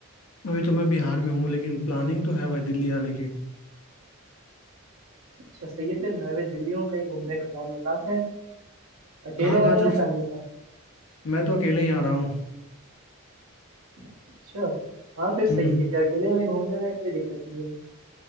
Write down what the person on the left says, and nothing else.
अभी तो मैं बिहार में हूँ लेकिन प्लानिंग तो है भाई दिल्ली आने की
कहाँ
कहाँ
चल
मैं तो अकेले ही आ रहा हूँ
हम्म